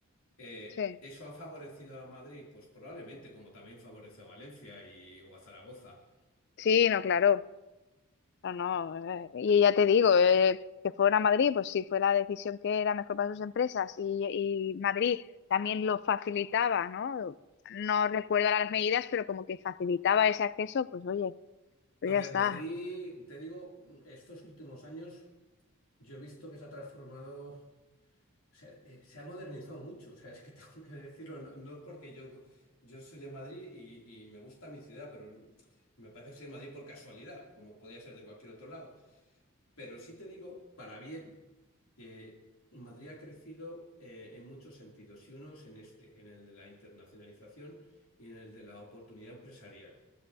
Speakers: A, on the left; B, on the left.
A: Eh,
B: sí,
A: ¿eso ha favorecido a Madrid? Pues probablemente, como también favoreció a Valencia y, o a Zaragoza.
B: sí, no, claro, no, no, eh, y ya te digo, eh, que fuera a Madrid, pues si fue la decisión que era mejor para sus empresas y, y Madrid también lo facilitaba, ¿no? No recuerdo ahora las medidas, pero como que facilitaba ese acceso, pues oye, pues
A: A
B: ya
A: ver,
B: está.
A: Madrid, te digo, estos últimos años yo he visto que se ha transformado, o sea, eh, se ha modernizado mucho, o sea, es que <laughs> tengo que decirlo, no, no es porque yo, yo soy de Madrid y, y me gusta mi ciudad, pero me parece que soy de Madrid por casualidad, como podía ser de cualquier otro lado. Pero sí te digo, para bien, que Madrid ha crecido eh, en muchos sentidos, y unos en este, en el de la internacionalización y en el de la oportunidad empresarial.